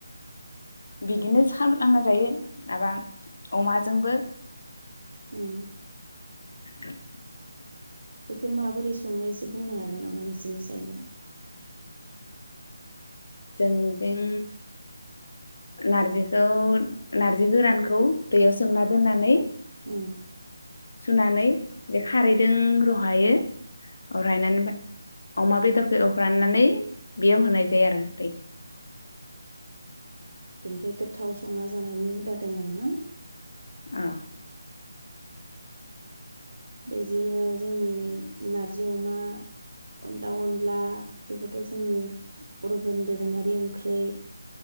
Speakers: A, on the left; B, on the right.
A: बिदिनो सानना जायो माबा अमाजोंबो
B: ओम
A: <unintelligible>
B: बेखौ माबोरै सङो एसे बुंनो हागोन नामा नोंसोरनि साइडआव
A: जोंनिथिं नारजिखौ नार्जि गोरानखौ दैयाव सोमना दोननानै
B: ओम
A: सुनानै बे खारैजों रहायो रहायनानै अमा बेदरखौ एव्राननानै बेयाव होनाय जायो आरो दै
B: बेनिफ्राय गोथाव संना जानायनि हुदा दं आरो ना
A: औ
B: बेदिनो जोंनि नारजि अमा दाउ अनला बेखौथ' जोंनि बर'फोरनि दोरोङारि ओंख्रि